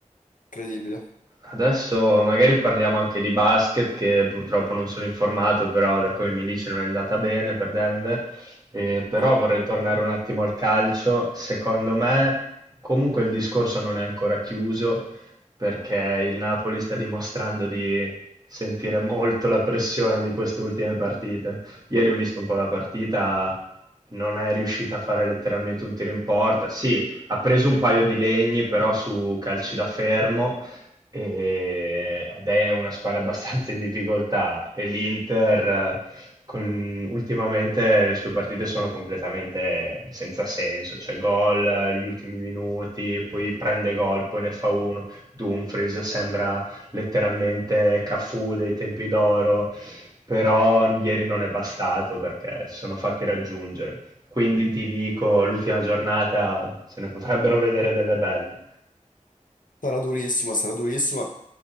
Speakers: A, on the left (about 85°); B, on the right (about 30°).
A: incredibile.
B: Adesso magari parliamo anche di basket, che purtroppo non sono informato, però da come mi dici non è andata bene per Denver. Eh, però
A: No,
B: vorrei tornare un attimo al calcio. Secondo me, comunque il discorso non è ancora chiuso, perché il Napoli sta dimostrando di sentire molto la pressione di queste ultime partite. Ieri ho visto un po' la partita, non è riuscita a fare letteralmente un tiro in porta. Sì, ha preso un paio di legni, però su calci da fermo e- ed è una squadra abbastanza in difficoltà e l'Inter eh, con- ultimamente le sue partite sono completamente senza senso, cioè gol eh, gli ultimi minuti, poi prende gol, poi ne fa uno, Dumfries sembra letteralmente Cafu dei tempi d'oro, però ieri non è bastato perché si sono fatti raggiungere. Quindi ti dico, l'ultima giornata se ne potrebbero vedere delle belle.
A: sarà durissima, sarà durissima.